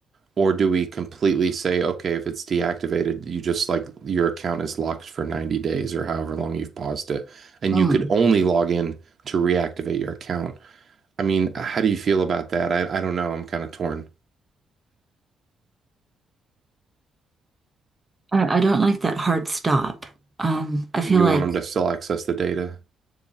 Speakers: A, on the right (about 45°); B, on the right (about 20°).
A: Or do we completely say, okay, if it's deactivated, you just like your account is locked for 90 days or however long you've paused it, and
B: mm.
A: you could only log in to reactivate your account? I mean, how do you feel about that? I, I don't know. I'm kind of torn.
B: I, I don't like that hard stop. Um, I feel
A: You
B: like
A: want them to still access the data?